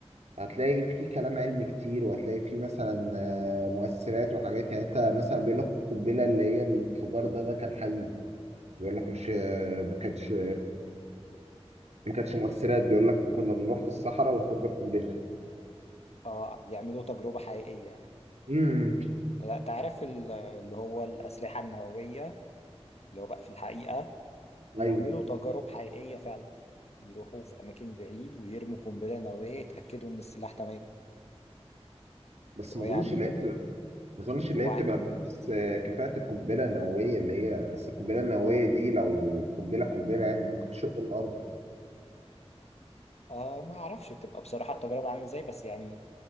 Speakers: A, on the right; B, on the left.
A: هتلاقي فيه كلام علمي كتير وهتلاقي فيه مثلا آه، مؤثرات وحاجات يعني انت مثلا بيقول لك القنبله اللي هي الانفجار ده ده كان حقيقي بيقول لك مش ما كانتش ما كانتش مؤثرات بيقول لك كنا بنروح في الصحراء ونفجر قنبله
B: اه بيعملوا تجربه حقيقيه يعني
A: امم
B: لا تعرف ال- اللي هو الأسلحة النووية اللي هو بقى في الحقيقة بيعملوا
A: ايوه
B: تجارب حقيقية فعلا يروحوا في أماكن بعيد ويرموا قنبلة نووية يتأكدوا إن السلاح تمام
A: بس
B: هو
A: ما
B: يعني
A: اظنش اللي هي بتبقى ما اظنش اللي
B: هو
A: هي بتبقى بنفس كفاءه القنبله النوويه اللي هي بس القنبله النوويه دي لو قنبله قنبله يعني ممكن تشق الارض
B: آه ما أعرفش بتبقى بصراحة التجربة عاملة إزاي بس يعني